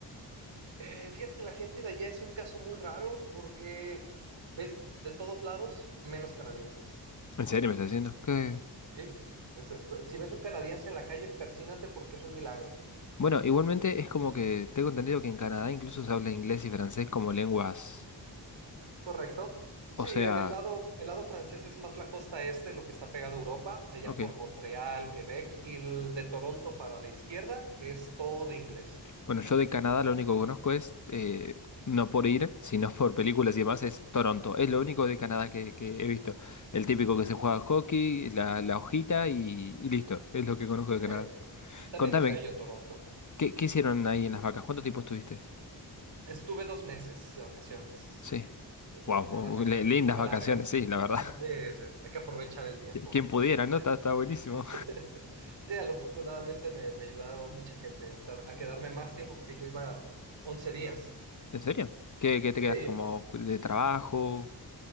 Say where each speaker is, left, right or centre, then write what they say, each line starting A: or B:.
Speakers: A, on the right; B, on the left.
A: eh, fíjate que la gente de allá es un caso muy raro porque ves de todos lados menos canadienses.
B: ¿En serio me estás diciendo? ¿Qué?
A: Sí. Es, eh, si ves un canadiense en la calle, persínate porque es un milagro.
B: Bueno, igualmente es como que tengo entendido que en Canadá incluso se habla inglés y francés como lenguas.
A: Correcto. Sí,
B: O sea.
A: el lado, el lado francés es más la costa este, lo que está pegado a Europa, allá
B: Ok.
A: por Montreal, Quebec, y el de Toronto para la izquierda es todo inglés.
B: Bueno, yo de Canadá lo único que conozco es, eh, no por ir, sino por películas y demás, es Toronto. Es lo único de Canadá que, que he visto. El típico que se juega hockey, la, la hojita y, y listo. Es lo que conozco de Canadá.
A: Eh, también
B: Contame,
A: es bello Toronto.
B: ¿qué, qué hicieron ahí en las vacas? ¿Cuánto tiempo estuviste?
A: Estuve dos meses de vacaciones.
B: Sí.
A: eh, me
B: Wow,
A: tomé unas vacaciones
B: lindas
A: un poco
B: vacaciones,
A: largas.
B: sí, la verdad.
A: No, pues, eh, hay que aprovechar
B: <laughs>
A: el tiempo.
B: Qui- Quien pudiera, ¿no?
A: Es-
B: Está, está buenísimo.
A: <laughs> Sí, al- afortunadamente me, me ayudaron mucha gente a estar, a quedarme más tiempo porque yo iba 11 días.
B: <laughs> ¿En serio? ¿Qué, qué te quedaste
A: Sí,
B: como de trabajo?